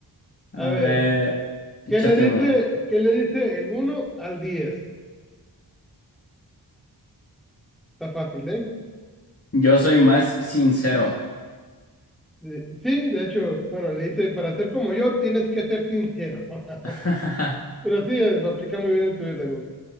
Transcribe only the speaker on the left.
A
ver. Échate
uno.
Yo soy más sincero.
<laughs> A